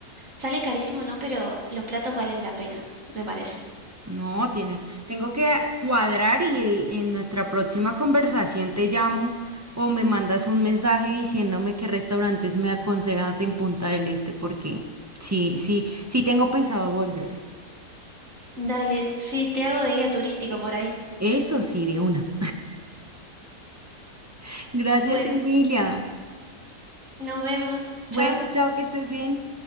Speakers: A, on the right; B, on the right.
A: sale carísimo, ¿no? Pero los platos valen la pena, me parece.
B: No, tiene, tengo que cuadrar y en nuestra próxima conversación te llamo o me mandas un mensaje diciéndome qué restaurantes me aconsejas en Punta del Este, porque sí, sí, sí tengo pensado volver.
A: Dale, sí, te hago de guía turístico por ahí.
B: Eso sí, de una. <laughs> Gracias,
A: Bueno,
B: Emilia.
A: nos vemos,
B: Bueno,
A: chao.
B: chao, que estés bien.